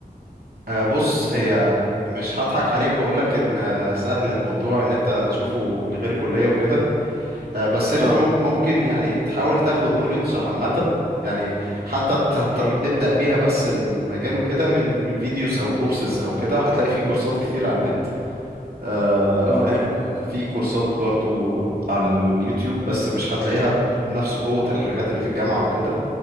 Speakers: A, on the right; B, on the right.
A: آه بص هي مش هضحك عليك واقولك ان آه، سهل الموضوع ان انت تشوفه من غير كلية وكده آه، بس انت
B: اه
A: مم- ممكن يعني تحاول تاخد نوليدج عامة يعني حتى ت- ت-
B: اه
A: تبدأ بيها بس المجال وكده من من فيديوز او كورسز او كده هتلاقي في كورسات كتير على النت آه،
B: اه
A: فاهم في كورسات برضو على اليوتيوب بس مش هتلاقيها ب- بنفس قوة الحاجات اللي في الجامعة وكده